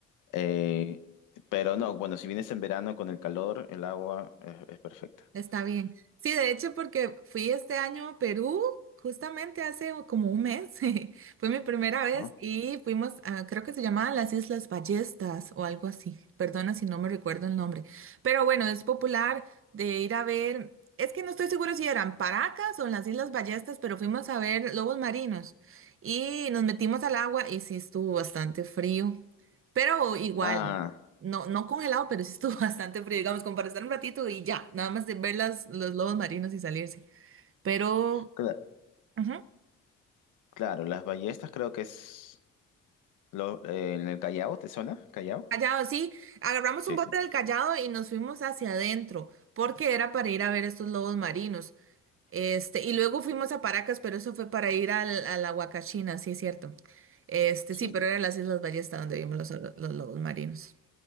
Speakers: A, on the left (about 85°); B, on the right (about 45°).
A: Eh, pero no, bueno, si vienes en verano con el calor, el agua es, es perfecta.
B: Está bien. Sí, de hecho, porque fui este año a Perú, justamente hace como un mes, <laughs> fue mi primera vez
A: ¿no?
B: y fuimos a, creo que se llamaban las Islas Ballestas o algo así. Perdona si no me recuerdo el nombre. Pero bueno, es popular de ir a ver, es que no estoy seguro si eran Paracas o las Islas Ballestas, pero fuimos a ver lobos marinos y nos metimos al agua y sí estuvo bastante frío, pero Sí. igual.
A: Ah,
B: No, no congelado, pero sí estuvo <laughs> bastante frío, digamos, como para estar un ratito y ya, nada más de ver las, los lobos marinos y salirse. Pero,
A: cla-
B: ujú,
A: claro, las ballestas creo que es lo- eh, en el Callao, ¿te suena? ¿Callao?
B: Callao, sí, agarramos
A: Sí,
B: un bote
A: sí,
B: del Callao y nos fuimos hacia adentro, porque era para ir a ver estos lobos marinos. Este, y luego fuimos a Paracas, pero eso fue para ir al, a la Huacachina, sí es cierto. Este,
A: sí.
B: sí, pero eran las Islas Ballesta donde vimos los, los lobos marinos.